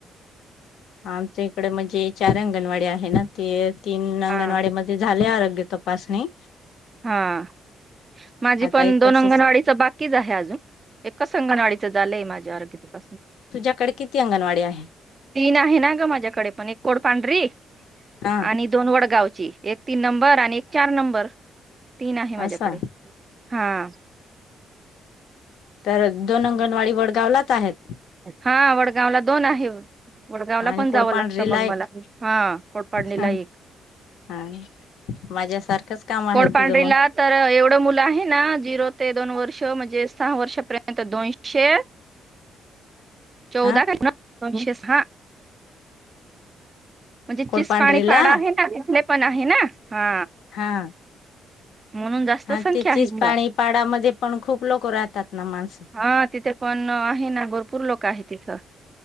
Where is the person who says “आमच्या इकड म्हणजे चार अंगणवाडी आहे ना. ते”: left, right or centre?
Left